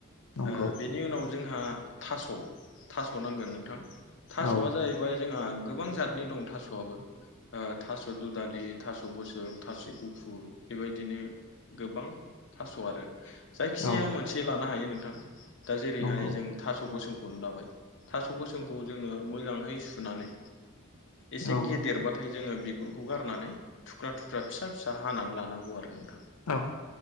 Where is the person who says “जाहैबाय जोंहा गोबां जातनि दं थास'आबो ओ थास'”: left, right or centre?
Left